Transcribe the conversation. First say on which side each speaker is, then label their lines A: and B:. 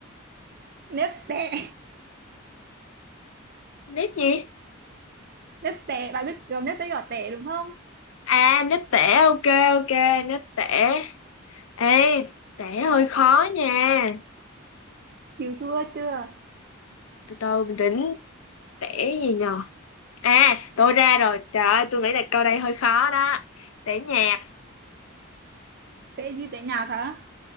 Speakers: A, on the right (about 50°); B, on the left (about 85°).
A: nếp tẻ
B: nếp gì
A: <laughs> nếp tẻ bà biết kiểu nếp với giỏ tẻ đúng không
B: à nếp tẻ ok ok nếp tẻ ê tẻ hơi khó nha
A: chịu thua chưa
B: từ từ bình tĩnh tẻ gì nhờ à tôi ra rồi trời ơi tôi nghĩ là câu đây hơi khó đó tẻ nhà
A: tệ gì tệ nhạt hả